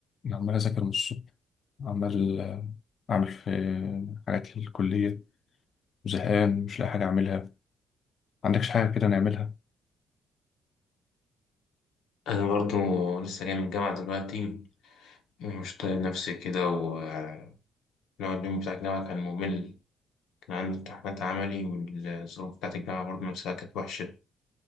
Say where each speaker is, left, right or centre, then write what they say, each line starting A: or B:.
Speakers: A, on the left; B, on the left.
A: عمال أذاكر من الصبح عمال آه، أعمل في حاجات للكلية وزهقان مش لاقي حاجة أعملها عندكش حاجة كده نعملها
B: أنا برضو لسه جاي من الجامعة دلوقتي ومش طايق نفسي كده ونقعد اليوم بتاع الجامعة كان ممل كان عندي امتحانات عملي والظروف بتاعت الجامعة برضو نفسها كانت وحشة